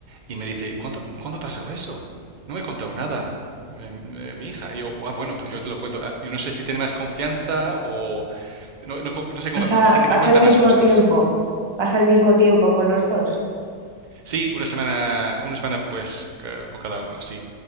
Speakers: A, on the right (about 65°); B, on the right (about 20°).
A: y me dice, ¿y cuánto, cuándo ha pasado eso? No me he contado nada. eh, eh, Mi hija, Y yo, "Ah, bueno, pues yo te lo cuento. Ah, Yo no sé si tiene más confianza o, no, no, no sé cómo
B: ¿Pasa,
A: va, pues, sí que
B: pasa
A: me cuenta
B: al mismo
A: más cosas.
B: tiempo? ¿Pasa al mismo tiempo con los dos?
A: Sí, una semana, una semana pues ca- con cada uno, sí.